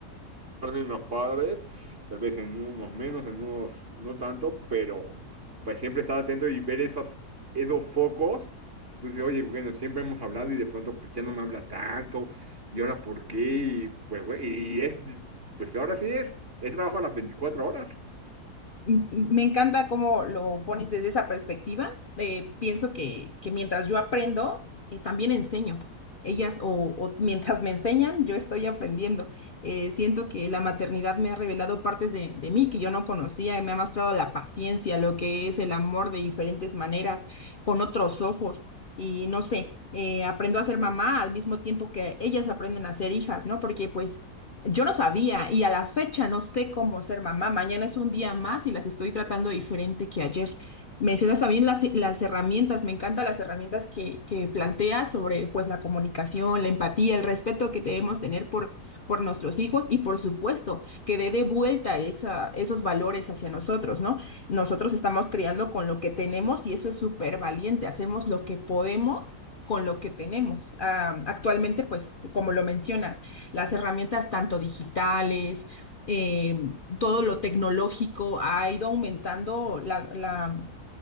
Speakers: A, on the right (about 40°); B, on the left (about 45°).
A: parte en los padres, tal vez en unos menos, en unos no tanto, pero pues siempre estar atento y ver esos, esos focos. Entonces, oye, bueno, siempre hemos hablado y de pronto pues ya no me habla tanto, y ahora por qué, y pues güey, y es, pues ahora sí es, es trabajo a las veinticuatro horas,
B: M- Me encanta cómo lo pones desde esa perspectiva. Eh, pienso que, que mientras yo aprendo, eh, también enseño. Ellas o, o mientras me enseñan, yo estoy aprendiendo. Eh, siento que la maternidad me ha revelado partes de, de mí que yo no conocía y me ha mostrado la paciencia, lo que es el amor de diferentes maneras, con otros ojos. Y no sé, eh, aprendo a ser mamá al mismo tiempo que ellas aprenden a ser hijas, ¿no? Porque pues yo no sabía y a la fecha no sé cómo ser mamá. Mañana es un día más y las estoy tratando diferente que ayer. Mencionas también las, las herramientas, me encantan las herramientas que, que planteas sobre pues la comunicación, la empatía, el respeto que debemos tener por, por nuestros hijos y por supuesto que dé de vuelta esa, esos valores hacia nosotros, ¿no? Nosotros estamos criando con lo que tenemos y eso es súper valiente, hacemos lo que podemos. con lo que tenemos. Ah, actualmente, pues, como lo mencionas, las herramientas tanto digitales, eh, todo lo tecnológico ha ido aumentando la, la,